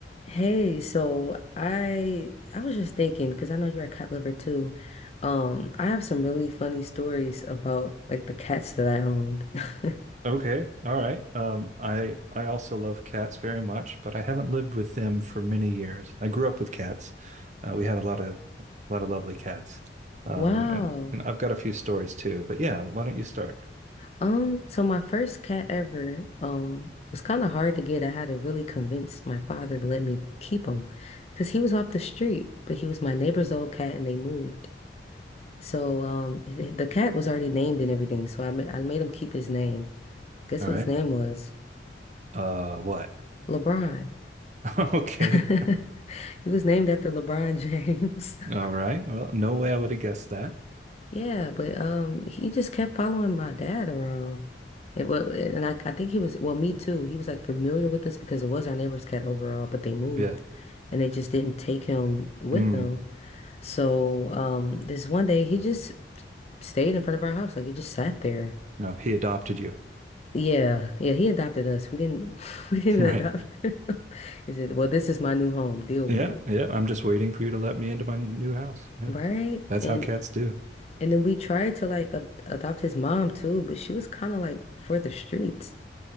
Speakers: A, on the left; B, on the right.
A: Hey, so I I was just thinking because I know you're a cat lover too. Um, I have some really funny stories about like the cats that I owned. <laughs>
B: Okay, all right. Um, I I also love cats very much, but I haven't lived with them for many years. I grew up with cats. Uh, we had a lot of a lot of lovely cats, um,
A: Wow.
B: and and I've got a few stories too. But yeah, why don't you start?
A: Um, so my first cat ever, um, was kind of hard to get. I had to really convince my father to let me keep him because he was off the street, but he was my neighbor's old cat and they moved. So, um, it- it- the cat was already named and everything, so I ma I made him keep his name. Guess
B: All
A: what
B: right.
A: his name was?
B: Uh, what?
A: LeBron.
B: <laughs> Okay.
A: <laughs> He was named after LeBron James. <laughs>
B: All right. Well, no way I would have guessed that.
A: Yeah, but um, he just kept following my dad around. It was, and I, I think he was, well, me too. He was like familiar with us because it was our neighbor's cat overall, but they moved
B: Yeah.
A: and they just didn't take him with
B: Mm,
A: them. So, um, this one day he just stayed in front of our house. Like he just sat there.
B: no, he adopted you. <laughs>
A: Yeah, yeah, he adopted us. We didn't, <laughs> we didn't
B: Right.
A: adopt him. <laughs> He said, well, this is my new home. Deal
B: Yeah.
A: with it.
B: Yeah. I'm just waiting for you to let me into my new house. Yeah.
A: Right?
B: That's
A: And
B: how cats do.
A: And then we tried to like ad adopt his mom too, but she was kind of like for the streets.